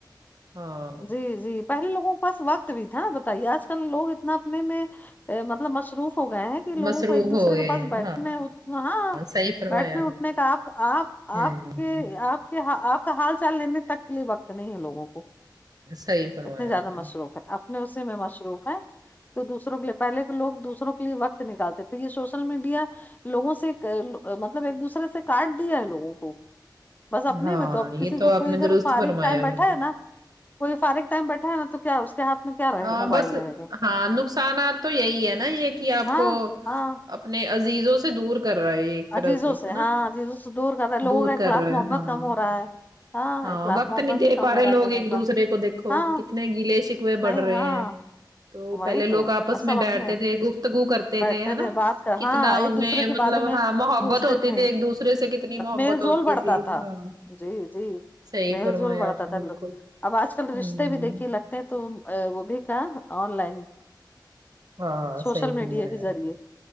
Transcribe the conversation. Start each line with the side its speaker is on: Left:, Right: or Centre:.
Right: ہاں
Left: جی جی پہلے لوگوں کے پاس وقت بھی تھا بتائیے آج کل لوگ اتنا اپنے میں مطلب مشروف ہو گیا ہے کہ لوگوں
Right: مصروف
Left: کو ایک دوسرے
Right: ہو گئے
Left: کے پاس
Right: ہیں
Left: بیٹھنے
Right: ہاں
Left: یو ہاں
Right: صحیح فرمایا
Left: بیٹھنے
Right: آپ
Left: اٹھنے کا آپ آپ
Right: نے
Left: آپ
Right: ہوں
Left: کے آپ کہ آپ کا حال چال لینے تک کے لیے وقت نہیں ہے لوگوں کو
Right: صحیح فرمایا
Left: اتنے زیادہ
Right: آپ نے
Left: مصروف ہے اپنے اسی میں مشروف ہے تو دوسروں کے لیے پہلے کے لوگ دوسروں کے لیے وقت نکالتے تھے یہ سوشل میڈیا لوگوں سے مطلب ایک دوسرے سے کاٹ دیا ہے لوگوں کو بس اپنے
Right: ہاں
Left: میں تو اب
Right: یہ
Left: کسی کو
Right: آپ
Left: کوئی
Right: نے
Left: اگر
Right: درست
Left: فارغ
Right: فرمایا
Left: ٹائم بیٹھا
Right: بلکہ
Left: ہے نا کوئی فارغ ٹائم بیٹھا ہےنا تو کیا اس کے ہاتھ میں کیا رہے
Right: ہاں
Left: گا موبائل
Right: بس
Left: رہے گا
Right: ہاں نقصانات تو یہی ہے نا یہ کہ آپ
Left: ہاں
Right: کو
Left: ہاں
Right: اپنے عزیزوں سے دور کر رہا ہے یہ ایک طرح
Left: عزیزوں
Right: سے ہے نا
Left: ہاں عزیزوں سے دور کر رہا ہے لوگوں
Right: دور
Left: کا اخلاق
Right: کر رہا
Left: محبت
Right: ہے ہاں
Left: کم ہو رہا ہے
Right: ہاں
Left: اخلاق
Right: وقت
Left: محبت
Right: نہیں دے
Left: بھی کم
Right: پا رہے
Left: ہو رہا ہے
Right: لوگ
Left: لوگوں
Right: ایک دوسرے
Left: کا
Right: کو دیکھو
Left: ہاں
Right: کتنے گیلے شک وے بڑھ
Left: نہیں
Right: رہے
Left: ہاں
Right: ہیں تو
Left: وہی
Right: پہلے لوگ
Left: تو
Right: آپس
Left: سب
Right: میں
Left: اپنے
Right: بیٹھتے تھے گفتگو کرتے
Left: بیٹھتے
Right: تے تھے ہے نہ
Left: بات کر
Right: کتنا
Left: ہاں ایک
Right: ان
Left: دوسرے
Right: میں
Left: کے
Right: مطلب
Left: بارے میں
Right: ہاں محبت
Left: پوچھتے
Right: ہوتی
Left: تھے
Right: تھی ایک دوسرے سے کتنی محبت
Left: میل جول
Right: ہوتی
Left: بڑھتا
Right: تھی جی
Left: تھا
Right: ہاں
Left: جی جی
Right: صحیح
Left: میل
Right: فرمایا
Left: جول بڑھتا
Right: آپ نے
Left: تھا
Right: بالکل
Left: لوگ اب آج کل
Right: ہوں
Left: رشتے بھی دیکھیے لگتے ہیں تو وہ بھی کا آن لائن
Right: ہاں
Left: سوشل
Right: صحیح فرمایا
Left: میڈیا کے
Right: آپ
Left: ذریعے
Right: نے